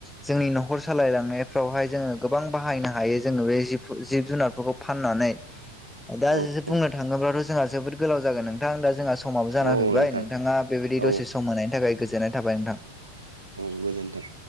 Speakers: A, in the centre; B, on the right (about 75°).
A: जोंनि न'खर सालायलांनायफ्रावहाय जोङो गोबां बाहायनो हायो जोङो बे जिबफो जिब जुनारफोरखौ फाननानै दा
B: औ
A: जो बुंनो
B: औ
A: थाङोब्लाथ' जोंहा जोबोद गोलाव जागोन नोंथां दा जोंहा समाबो जाना
B: औ
A: फैबाय
B: नोंथां
A: नोंथाङा बेबायदि
B: औ
A: दसे सम होनायनि थाखाय गोजोननाय थाबाय नोंथां।
B: औ गोजोन्थों।